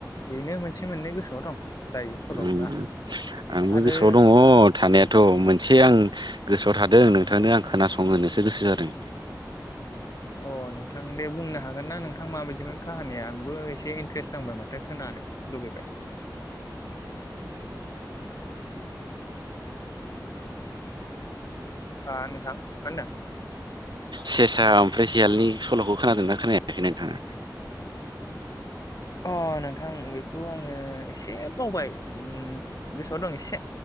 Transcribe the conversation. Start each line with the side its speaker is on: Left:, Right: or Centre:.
Left: बेनो मोनसे मोननै गोसोआव दं। दायो सल'फ्रा।
Right: उम आंबो
Left: आरो
Right: गोसोआव दङ थानायाथ' मोनसे आं। गोसोआव थादों नोंथांनो आं खोनासं होनोसो गोसो जादों।
Left: अ नोंथां दे बुंनो हागोन ना नोंथां माबायदिमोन काहानिया आंबो एसे दे इन्ट्रेस्ट नांबाय माथो खोनानो लुगैबाय। हा नोंथां मा ओनदों?
Right: सेसा ओमफ्राय सियालनि सल'खौ खोनादों ना खोनायाखै नोंथाङा?
Left: अ नोंथां बेखौ आङो एसे बावबाय उम गोसोआव दं एसे।